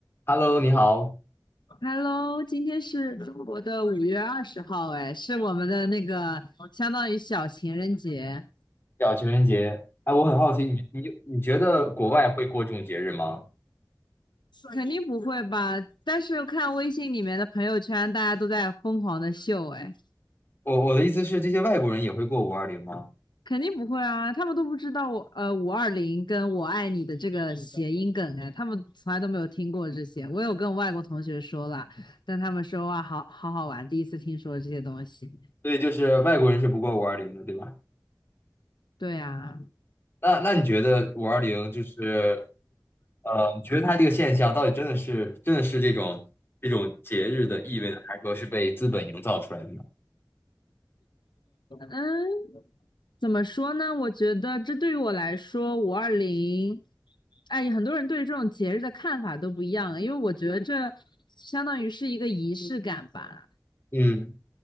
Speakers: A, on the left; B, on the left.
A: Hello，你好，
B: Hello，今天是中国的五月二十号，哎，是我们的那个相当于小情人节，
A: 叫情人节。哎，我很好奇，你你你觉得国外会过这种节日吗？
B: 肯定不会吧？但是看微信里面的朋友圈，大家都在疯狂的秀，哎，
A: 我我的意思是，这些外国人也会过五二零吗？
B: 肯定不会啊，他们都不知道我呃五二零跟我爱你的这个谐音梗，哎，他们从来都没有听过这些。我有跟外国同学说了，但他们说哇，好好好玩，第一次听说这些东西。
A: 对，就是外国人是不过五二零的，对吧？
B: 对啊。
A: 那那你觉得五二零就是呃，你觉得它这个现象到底真的是真的是这种这种节日的意味呢，还是说是被资本营造出来的呢？
B: 嗯，怎么说呢？我觉得这对于我来说，五二零，哎，很多人对于这种节日的看法都不一样，因为我觉得这相当于是一个仪式感吧。
A: 嗯，